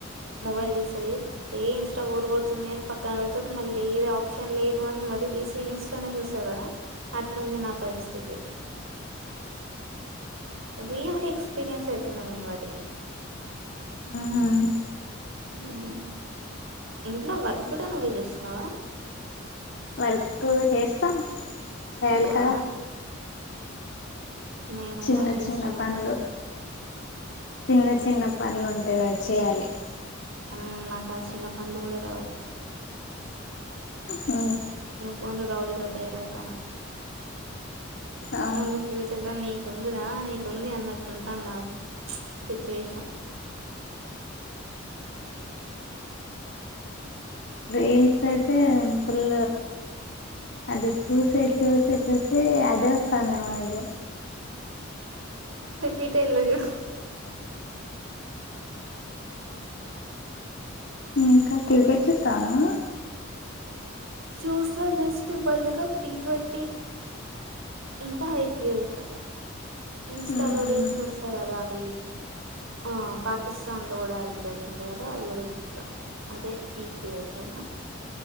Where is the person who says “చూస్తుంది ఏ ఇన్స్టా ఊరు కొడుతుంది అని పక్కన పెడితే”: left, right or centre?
Right